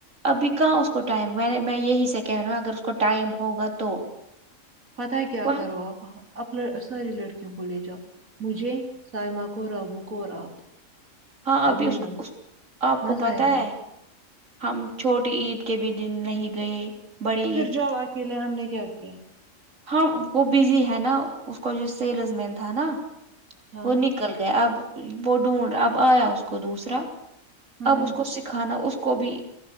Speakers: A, on the right (about 70°); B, on the right (about 80°).
A: ابھی کہاں اس کو ٹائم میں نے میں یہی سے کہہ رہا اگر اس کو ٹائم ہوگا تو
B: پتا ہے کیا
A: وہ
B: کرو آپ اپپ ساری لڑکیوں کو لے جاؤ مجھے سائمہ کو رابو کو اور آپ
A: ہاں
B: اور
A: ابھی
B: نیلم
A: اس اس آپ
B: مزہ
A: کو پتا
B: آئے گا
A: ہے ہم چھوٹی عید کے بھی دن نہیں گئے بڑی
B: پھر
A: عید
B: جاؤ اکیلے ہم نے کیا کیا
A: ہاں وہ بزی ہے نا اس کا جو سیلز مین تھا نا
B: ہاں
A: وہ نکل گیا اب وہ ڈھونڈ اب آیا اس کو دوسرا
B: ہوں
A: اب
B: ہوں
A: اس کو سک کھانا اس کو بھی